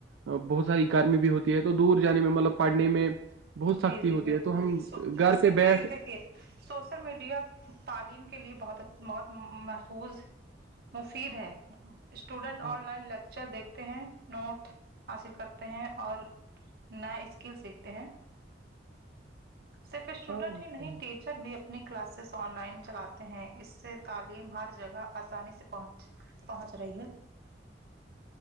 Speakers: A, on the right (about 80°); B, on the right (about 55°).
A: بہت ساری گرمی بھی ہوتی ہے تو دور جانے میں مطلب پڑھنے میں بہت
B: جی
A: سختی
B: جی
A: ہوتی
B: بالکل
A: ہے تو ہم
B: س
A: گھر
B: جیسے
A: پہ
B: کہ
A: بیٹھ
B: دیکھیے سوسل میڈیا تعلیم کے لیے بہت بہت محفوظ مفید ہے اسٹوڈنٹ
A: ہاں
B: آن لائن لیکچر دیکھتے ہیں نوٹ حاصل کرتے ہیں اور نئے اسکل سیکھتے ہیں صرف اسٹوڈنٹ
A: ہاں
B: ہی نہیں ٹی ٹیچر بھی اپنی کلاسز آن لائن چلاتے ہیں اس سے تعلیم ہر جگہ آسانی سے پہنچ پہنچ رہی ہے